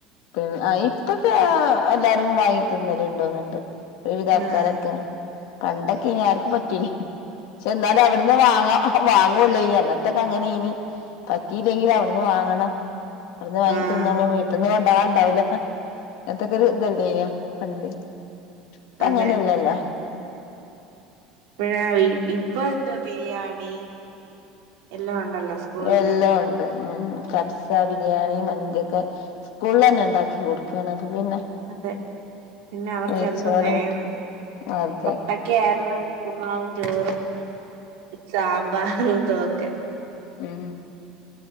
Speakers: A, on the left; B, on the right.
A: പി ഇപ്പൊക്കെ എല്ലാരും വാങ്ങി തിന്നല ഇണ്ടോന്നിണ്ട് ഒരുവിധ ആൾക്കാരൊക്കെ
B: ആഹ്
A: പണ്ടൊക്കെ നി ആർക്കും പറ്റൂല പക്ഷെ എന്തായാലും എവിടുന്ന് വാങ്ങോ വാങ്ങുവള്ളേ ഇ അന്നത്തക്കെ അങ്ങനെ ഇനി പറ്റിയില്ലെങ്കിൽ അവിടുന്ന് വാങ്ങണം അവിന്ന് വാങ്ങി
B: ആഹ്
A: തിന്നോള്ളൂ വീട്ടന്ന്ണ്ട വാൻ ണ്ടാവില്ല എന്നത്തെക്കെറി ഇതല്ലേ്യ പണ്ട് ഇപ്പ
B: അതെ
A: അങ്ങനെല്ലല്ലോ
B: പിഴവി ഇപ്പൊ എന്താ ബിരിയാണി എല്ലാം ഉണ്ടല്ലോ സ്കൂളില്
A: എല്ലാം ഉണ്ട് ഉം കബ്സ ബിരിയാണി മന്തിയൊക്കെ സ്കൂളിൽ തന്നെ ഉണ്ടാക്കി കൊടുക്കണ് അപ്പെ പിന്നെ
B: അതെ പിന്നെ അവർക്ക്
A: നെയ്ച്ചോറായിട്ട്
B: യെന്തും വേണം
A: അതെ
B: പണ്ടക്കെ ആയിരുന്നു ഉപ്പ്മാവും ചോറും സാമ്പാറും ഇതുംക്കെ
A: ഉം